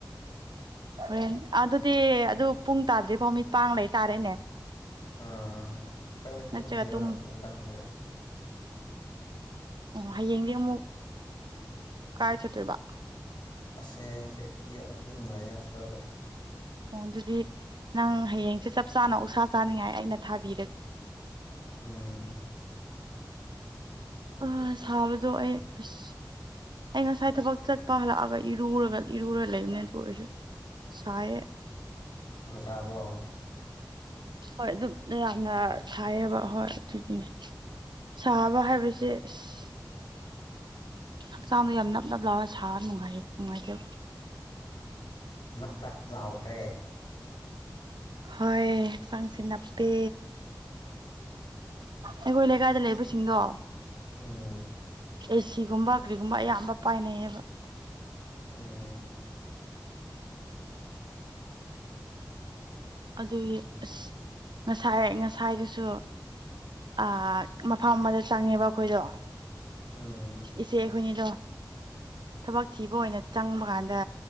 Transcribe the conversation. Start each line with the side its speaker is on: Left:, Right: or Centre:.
Right: ꯍꯣꯔꯦꯟ ꯑꯗꯨꯗꯤ ꯑꯗꯨ ꯄꯨꯡ ꯇꯥꯗ꯭ꯔꯤ ꯐꯥꯎ ꯃꯤꯠꯄꯥꯡ ꯂꯩꯇꯥꯥꯔꯦꯅꯦ
Left: ꯎꯝ ꯈꯪꯗꯦ ꯇꯨꯝꯒꯦꯔꯣ
Right: ꯅꯠꯇ꯭ꯔꯒ ꯇꯨꯝ
Left: ꯄꯖꯤꯛ ꯈꯪꯗꯦꯔꯥ
Right: ꯑꯣ ꯍꯌꯦꯡꯗꯤ ꯑꯃꯨꯛ ꯀꯥꯏ ꯆꯠꯇꯣꯏꯕ
Left: ꯑꯁ ꯍꯌ‌ꯦꯡꯁꯦ ꯓꯨꯟ ꯂꯩ‌ꯌ‌ꯦ ꯍꯣꯁꯇ‌ꯦꯜꯗ
Right: ꯑꯣ ꯑꯗꯨꯗꯤ ꯅꯪ ꯍꯌꯦꯡꯁꯦ ꯆꯞ ꯆꯥꯅ ꯑ‌ꯣꯛꯁꯥ ꯆꯥꯅꯤꯡꯉꯥꯏ ꯑꯩꯅ ꯊꯥꯕꯤꯔꯒꯦ
Left: ꯎꯝ
Right: ꯑ ꯁꯥꯕꯗꯣ ꯑꯩ ꯑꯁ ꯑꯩ ꯉꯁꯥꯏ ꯊꯕꯛ ꯆꯠꯄ ꯍꯜꯂꯛꯑꯒ ꯏꯔꯨꯔꯒ ꯏꯔꯨꯔꯒ ꯂꯩꯕꯅꯦꯅ ꯑꯗꯨ ꯑꯣꯏꯔꯁꯨ ꯁꯥꯏ ꯌꯦ
Left: ꯑ ꯁꯥꯕ꯭ꯔꯣ
Right: ꯍꯣꯏ ꯑꯗꯨꯝ ꯌꯥꯝꯅ ꯁꯥꯏꯌꯦꯕ ꯍꯣꯏ ꯑꯗꯨꯒꯤꯅꯦ ꯁꯥꯕ
Left: ꯑꯣꯀꯦ
Right: ꯍꯥꯏꯕꯁꯦ ꯑꯁ ꯍꯛꯆꯥꯡꯗꯣ ꯌꯥꯝ ꯅꯞ ꯅꯞ ꯂꯥꯎꯔ ꯁꯥꯔ ꯅꯨꯡꯉ ꯅꯨꯡꯉꯥꯏꯇꯕ
Left: ꯅꯞ ꯅꯞ ꯂꯥꯎꯈ꯭ꯔꯦ
Right: ꯍꯣꯏ ꯍꯛꯆꯥꯡ ꯁꯦ ꯅꯞ ꯄꯦ ꯑꯩꯈꯣꯏ ꯂꯩꯀꯥꯏꯗ ꯂꯩꯕꯁꯤꯡꯗꯣ
Left: ꯎꯝ
Right: ꯑꯦꯁꯤꯒꯨꯝꯕ ꯀꯔꯤꯒꯨꯝꯕ ꯑꯌꯥꯝꯕ ꯄꯥꯏꯅꯩꯌꯦꯕ
Left: ꯎꯝ
Right: ꯑꯗꯨꯒꯤ ꯑꯁ ꯉꯁꯥꯏ ꯉꯁꯥꯏꯗꯨꯁꯨ ꯑ ꯃꯐꯝ ꯑꯃꯗ ꯆꯪꯉꯦꯕ ꯑꯩꯈꯣꯏꯗꯣ
Left: ꯎꯝ
Right: ꯏꯆꯦ ꯑꯩꯈꯣꯏꯅꯤꯗꯣ ꯊꯕꯛ ꯊꯤꯕ ꯑꯣꯏꯅ ꯆꯪꯕ ꯀꯥꯟꯗ